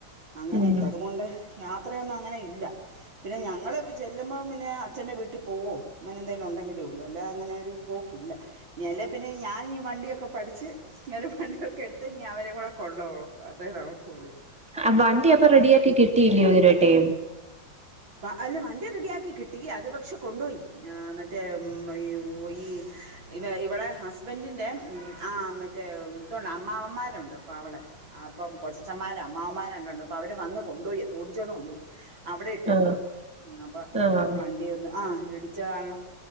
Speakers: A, on the right; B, in the centre.
A: അങ്ങനെയൊക്കെ
B: ഉം
A: അതുകൊണ്ട് യാത്രയൊന്നും അങ്ങനെ ഇല്ല- പിന്നെ ഞങ്ങൾ ചെല്ലുമ്പം പിന്നെ അച്ഛൻ്റെ വീട്ടിൽ പോകും. അങ്ങനെ എന്തേങ്കിലും ഉണ്ടെങ്കിലേ ഉള്ളൂ അല്ലാ അങ്ങനെ ഒരു പോക്കില്ല. എല്ലെ പിന്നെ ഞാൻ ഈ വണ്ടിയൊക്കെ പഠിച്ച് ഇങ്ങനെ വണ്ടിയൊക്കെ എടുത്ത് നീ അവരെ കൂടെ കൊണ്ടോവണം അതെ നടക്കു ഉള്ളൂ-
B: ആഹ് വണ്ടി അപ്പൊ റെഡിയാക്കി കിട്ടിയില്ലേ ഇതരെയിട്ട്?
A: അല്ല വണ്ടി റെഡിയാക്കി കിട്ടി അത് പക്ഷെ കൊണ്ടുപോയി മറ്റേഈ ഈ ഇ ഇവടെ ഹസ്ബൻഡിന്റെ ആഹ് മറ്റേ ഇതുണ്ട് അമ്മാവന്മാരുണ്ട് അപ്പ അവിടെ അപ്പം കൊച്ചച്ചന്മാരും അ്മ്മാവൻമാര ണ്ടണ്ട് അപ്പൊ അവര് വന്ന് കൊണ്ടുപോയി അത് ഓടിച്ചോണം കൊണ്ടോയി അവിടെ ഇട്ടേക്കുവാ
B: ആഹ്
A: അപ്പൊ
B: ആഹ്
A: വണ്ടിയൊന്ന് ആഹ് ഇടിച്ച കാരണം